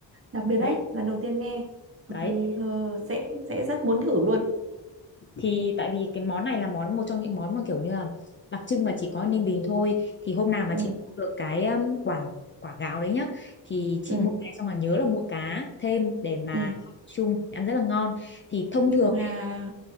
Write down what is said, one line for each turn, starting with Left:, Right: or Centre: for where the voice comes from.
Right: đặc biệt đấy
Left: đấy
Right: lần đầu tiên nghe
Left: đấy
Right: hợp lý hơ, sẽ sẽ rất muốn thử luôn
Left: thì tại vì cái món này là món một trong những món mà kiểu như là đặc trưng và chỉ có Ninh Bình thôi thì hôm nào mà
Right: ừ
Left: chị mua được cái um, quả quả gáo đấy nhá thì chị
Right: ừ
Left: mua về xong là nhớ là mua cá thêm để mà
Right: ừ
Left: chung ăn rất là ngon thì thông
Right: nhưng
Left: thường
Right: mà